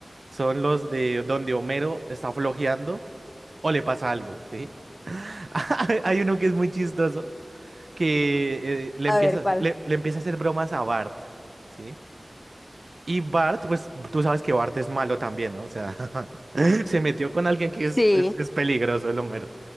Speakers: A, on the right; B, on the left.
A: Son los de donde Homero está flojeando o le pasa algo, ¿sí? <laughs> Hay uno que es muy chistoso, que eh, le
B: A
A: empieza,
B: ver cuál.
A: le, le empieza a hacer bromas a Bart, ¿sí? Y Bart, pues tú sabes que Bart es malo también, ¿no? O sea, <laughs> se metió con alguien que es,
B: Sí.
A: es, es peligroso, el Homero.